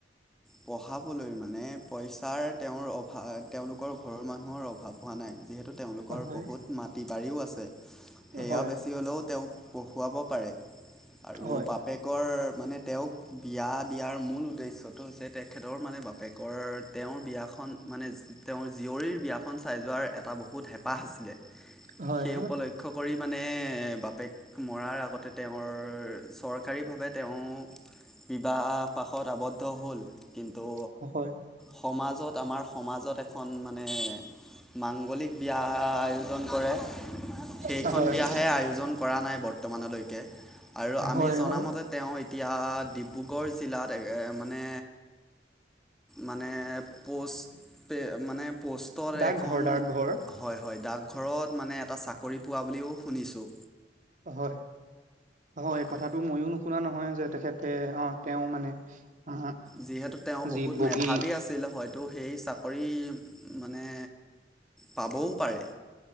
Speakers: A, in the centre; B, on the right (about 45°).
A: পঢ়াবলৈ মানে পইচাৰ তেওঁৰ অভাৱ তেওঁলোকৰ ঘৰৰ মানুহৰ অভাৱ হোৱা নাই। যিহেতু তেওঁলোকৰ
B: হয়
A: বহুত মাটি বাৰীও আছে সেয়া
B: হয়
A: বেছি হ'লেও তেওঁক পঢ়ুৱাব পাৰে আৰু
B: হয়
A: বাপেকৰ মানে তেওঁক বিয়া দিয়াৰ মূল উদ্দেশ্যটো হৈছে তেখেতৰ মানে বাপেকৰ তেওঁৰ বিয়াখন মানে তেওঁৰ জীয়ৰীৰ বিয়াখন চাই যোৱাৰ এটা বহুত হেঁপাহ আছিলে।
B: হয়
A: সেই উপলক্ষ কৰি মানে বাপেক মৰাৰ আগত তেওঁৰ চৰকাৰীভাৱে তেওঁ বিবাহ পাশত আৱদ্ধ হ'ল কিন্তু
B: হয়
A: সমাজ ত আমাৰ সমাজত এখন মানে মাংগলিক বিয়া আয়োজন কৰে সেইখন
B: হয়
A: বিয়াহে আয়োজন কৰা নাই বৰ্তমানলৈ। কে আৰু আমি
B: হয়
A: জনামতে
B: হয়
A: তেওঁ এতিয়া ডিব্ৰুগড় জিলাত মানে মানে পষ্ট মানে পোষ্টৰ
B: ডাকঘৰ
A: এখন
B: ডাকঘৰ।
A: হয় হয় দাগ। ঘৰত মানে এটা চাকৰি পোৱা বুলিও শুনিছোঁ।
B: হয় হয়
A: আৰু
B: কথাটো ময়ো নুশুনা নহয় যে তেখেতে অ তেওঁ মানে আহ
A: যিহেতু তেওঁ
B: যি
A: বহুত
B: বগী
A: মেধাবী আছিলে হয় ত' সেই চাকৰি মানে পাবও পাৰে।